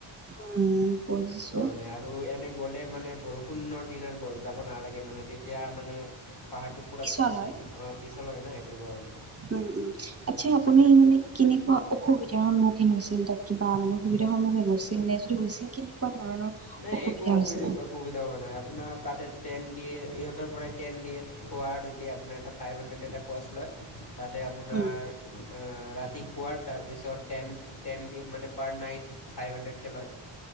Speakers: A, on the right (about 30°); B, on the left (about 50°).
A: উম, বুজিছোঁ।
B: মানে আৰু এনে গ'লে মানে বৰষুণৰ দিনত গ- যাব নালাগে মানে। তেতিয়া মানে পাহাৰটো পুৰা
A: পিছল
B: চ্লিপ-
A: হয়
B: অ' পিছল হয় ন', সেইটো কাৰণে।
A: উম উম আচ্ছা আপুনি মানে কেনেকুৱা অসুবিধাৰ সন্মুখীন হৈছিল? তাত কিবা মানে অসুবিধাৰ সন্মুখীন হৈছিল নে? যদি হৈছিল, কেনেকুৱা ধৰণৰ
B: নাই,
A: অসুবিধা
B: একো অসু-
A: হৈছিলে
B: অসুবিধা হোৱা নাই। আপোনাৰ তাতে টেন দিয়ে। ইহঁতৰ পৰাই টেন দিয়ে। খোৱাটো এতিয়া আপোনাৰ এটা ফাইভ হাণ্ড্ৰেড এটা ক'ষ্ট লয়। তাতে আপোনাৰ
A: উম
B: অ'- ৰাতি খোৱাৰ, তাৰপিছত টেন্ট টেন দিয়ে, মানে পাৰ নাইট ফাইভ হাণ্ড্ৰেডকৈ লয়।